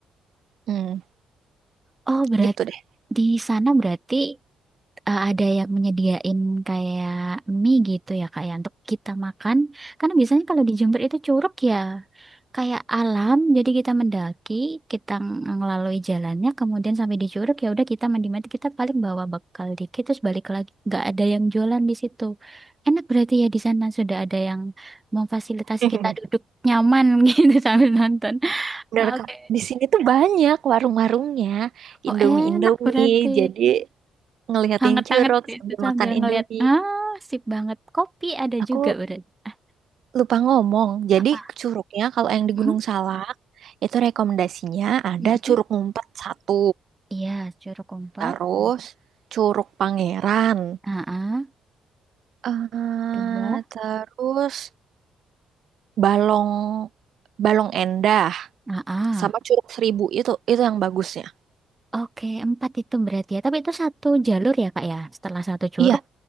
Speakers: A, on the right; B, on the right.
A: Hmm,
B: Oh, berarti
A: gitu deh.
B: di sana berarti eh, ada yang menyediain kayak mie gitu ya kak ya untuk kita makan karena biasanya kalau di Jember itu curug ya kayak alam jadi kita mendaki kita ng- ngelalui jalannya kemudian sampai di curug ya udah kita mandi mandi kita paling bawa bekal dikit terus balik lagi nggak ada yang jualan di situ enak berarti ya di sana sudah ada yang memfasilitasi
A: <laughs>
B: kita duduk nyaman <laughs> gitu sambil nonton
A: Bener,
B: oke
A: Kak. Di sini tuh banyak warung-warungnya,
B: oh
A: Indomie-Indomie.
B: enak berarti
A: Jadi ngeliatin
B: Hangat-hangat
A: curug sambil
B: itu sambil
A: makan Indomie.
B: ngelihat. Ah, sip banget. Kopi ada
A: Aku
B: juga berarti. Ah,
A: lupa ngomong. Jadi
B: apa?
A: curugnya kalau yang di
B: Mm-mm.
A: Gunung Salak itu rekomendasinya ada
B: Mm-mm.
A: curug ngumpet satu,
B: Iya, jeruk kompas.
A: terus curug Pangeran,
B: Ah, ah.
A: eh
B: dua.
A: terus balong balong endah
B: Ah, ah.
A: sama curug seribu itu itu yang bagusnya.
B: Oke, empat itu berarti ya. Tapi itu satu jalur ya, Kak ya. Setelah satu curug,
A: Iya,